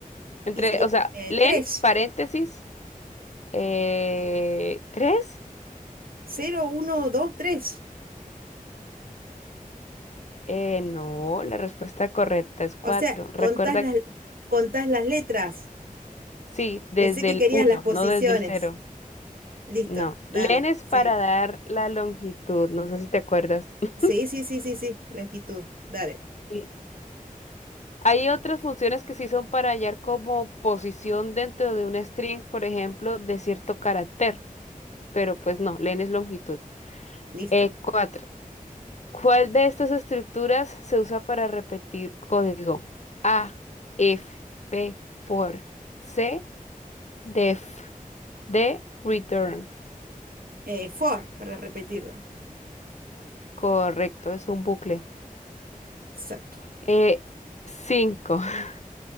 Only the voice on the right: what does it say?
y sería
eh,
3,
0, 1, 2, 3.
O sea,
contás las, contás las letras.
Pensé que
querías
las posiciones.
Listo,
dale,
sí.
Sí, sí, sí, sí, sí, longitud, dale,
listo.
Eh, for, para repetirlo.
Exacto.